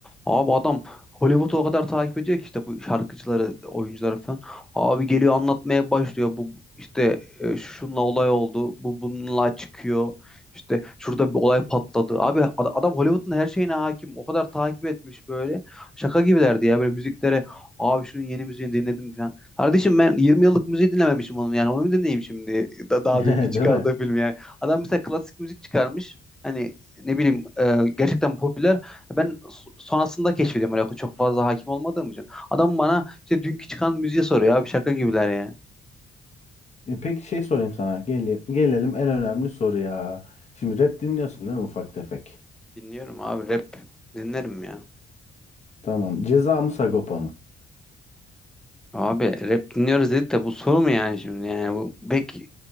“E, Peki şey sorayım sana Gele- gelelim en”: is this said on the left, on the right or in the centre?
Left